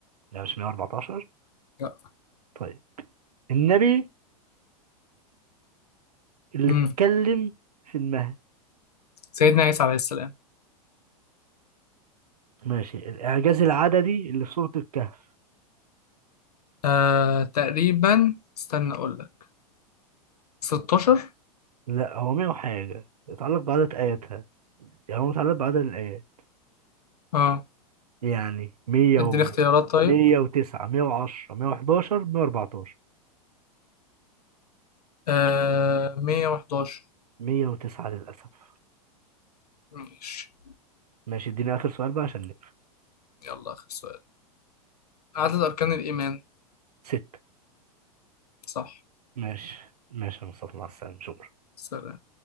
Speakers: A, on the right; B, on the left.
A: لا مش 114
B: لا
A: طيب النبي اللي
B: مم.
A: اتكلم في المهد
B: سيدنا عيسى عليه السلام
A: ماشي الإعجاز العددي اللي في سورة الكهف
B: آه تقريبا استنى أقول لك 16
A: لا هو مية وحاجة يتعلق بعدد آياتها يعني هو متعلق بعدد الآيات
B: اه
A: يعني مية
B: اديني
A: و
B: اختيارات طيب
A: مية وتسعة مية وعشرة مية وحداشر مية وأربعتاشر
B: آه 111
A: مية وتسعة للأسف
B: ماشي
A: ماشي اديني آخر سؤال بقى عشان نقفل
B: يلا آخر سؤال عدد أركان الإيمان
A: ستة
B: صح
A: ماشي ماشي يا مصطفى مع السلامة شكرا
B: سلام